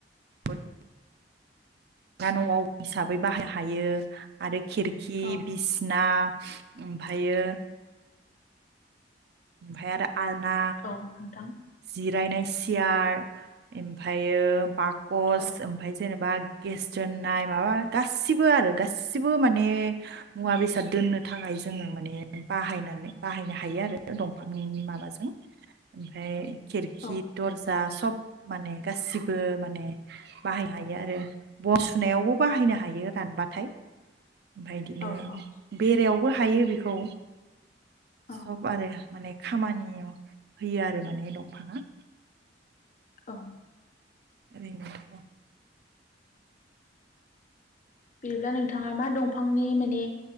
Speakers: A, on the right; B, on the left.
A: <unintelligible> न'आव हिसाबै बाहाय हायो आरो खिरखि
B: औ
A: बिसना ओमफ्रायो। फाय आरो आलना
B: औ नोंथां
A: जिब जिरायनाय सियार ओमफ्रायो बाग कस
B: औ
A: ओमफाय जेनेबा गेस दोननाय माबा गासिबो आरो गासिबो माने मुवा बेसाद दोननो थाखाय जोङो माने बाहायनानै बाहायनो हायो आरो। दंफां माबाजों ओमफ्राय खिरखि
B: औ
A: दर्जा सब माने गासिबो माने बाहायनो हायो आरो बन सुनायावबो बाहायनो हायो रानबाथाय। उमफाय बिदिनो
B: औ औ
A: बेरायाव बो हायो बेखौ।
B: औ
A: सब माने खामानि होयो आरो माने दंफाङा।
B: औ।
A: <unintelligible>
B: बिदिब्ला नोंथाङा मा दंफांनि माने